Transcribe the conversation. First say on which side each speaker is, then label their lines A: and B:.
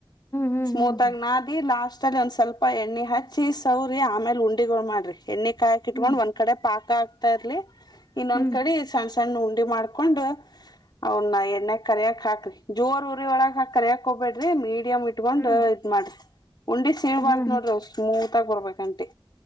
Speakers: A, on the left (about 35°); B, on the left (about 55°).
A: ಹ್ಞೂ ಹ್ಞೂ
B: ಸ್ಮೂತಯಾಗಿ
A: ಹ್ಞೂ ಅವಿ
B: <unintelligible> ಲಾಸ್ಟ್ ಅಲ್ಲಿ ಒಂದ್ ಸ್ವಲ್ಪ ಎಣ್ಣೆ ಹಚ್ಚಿ ಸೌರಿ ಆಮೇಲೆ ಉಂಡ ಮಾಡ್ರಿ ಎ್ಣ ಕಾಯಿಟ್ಕೊಂಡ್
A: ಹ್ಞೂ
B: ಒಂದ್ ಕಡೆ ಪಾಕ್ ತ ಇರಲಿ ಇನ್ನೊಂದ್
A: ಹ್ಞೂ
B: ಕಡೆ ಸಣ್ಣ ಸಣ್ಣ ನೋ ಮಾಡ್ಕೊಂಡು ಅವನ್ನ ಎನ ಕರೆಯ ಹಾಕ್ರರಿ ಜೋರ್ ಊರಿ ಒಳಗೆ ಹಾ ಕರಿಯಕ್ಕಬೇಡ್ರಿ ಮ ಡಿಯ ಇಟ್ಕೊಂಡ
A: ಹ್ಞೂ
B: ಇದ್ ಮಾಡ ಉಂಡಿ ಸೀಳ್ಬಾರ್ದು
A: ಹ್ಞೂ ಹ್ಞೂ
B: ನೋಡ್ರ ಅವ ಸ್ಮೂತ್ ಇತ್ತಗ ಬರ್ಬೇಕ್ ಆಂಟಿ.